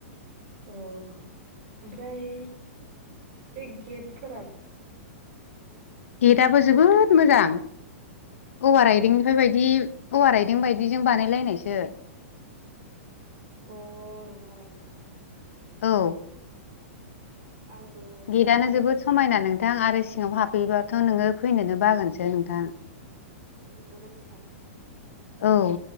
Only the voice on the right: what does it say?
अ ओमफ्राय बे गेटफोरा
अ नंगौ नामा नोंथां?
आंबो
नंगौ ना नोंथां?